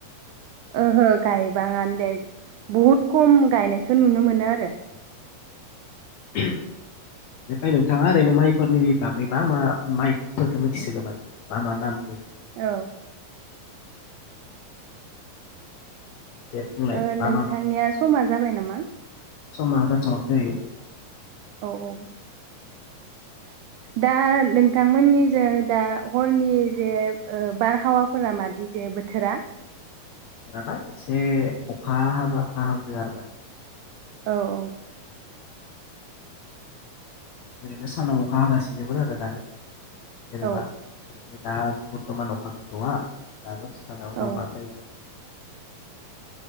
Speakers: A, on the right; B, on the left.
A: ओहो गायबाङानो दे, बहुद खम गायनायखौ नुनो मोनो आरो।
B: बेनिफाय नोंथाङा ओरैनो माइफोरनि बागै मा मा माइफोरखौ मिथिसोगौ माने मा मा नाम?
A: औ।
B: दे बुंलाय
A: ओ
B: मा
A: नोंथांनिया
B: मा
A: समा जाबाय नामा?
B: समा जाथ'वाखै।
A: औ औ।
B: बोथोराना
A: दा नोंथांमोननिजों दा हरनि जे बारहावाफोरा मादि जे बोथोरा?
B: माबा एसे अखा हाबा हाहांदों आरो माने।
A: औ औ।
B: ओरैनो सानाव अखा हागासिनोमोन आरो दानि। जेनबा
A: औ
B: दा बरथमान अखाा गैथया दा दसेनि उनाव सानाव
A: औ
B: हाबा मा जायो?